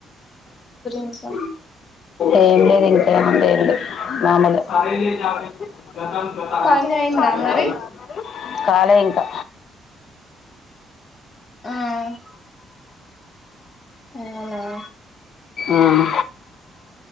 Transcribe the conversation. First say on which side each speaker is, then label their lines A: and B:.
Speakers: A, on the left; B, on the left.
A: ఇంకా
B: ఏం లేదు ఇంక ఏమ లేదు మాము లే సరైలేవ గతం గత
A: పని అయిందా మరి
B: <inaudible> కాలే ఇంకా
A: ఉమ్ అవునా
B: ఉమ్.